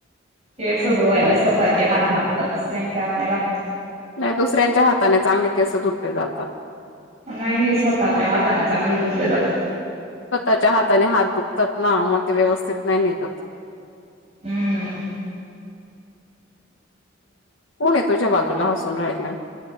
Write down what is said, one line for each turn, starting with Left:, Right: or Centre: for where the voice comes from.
Right: केस धुवायला स्वतःचे हात लागतात दुसऱ्यांच्या हातने लाग.
Left: नाही दुसऱ्यांच्या हाताने चांगले केस धुतले जातात.
Right: नाही स्वतःच्या हाताने चांगले धुतले जातात.
Left: स्वतःच्या हाता आणि हात दुखतात ना मग ते व्यवस्थित नाही निघत.
Right: हम्म.
Left: कोण आहे तुझ्या बाजूला हसून राहिलंय.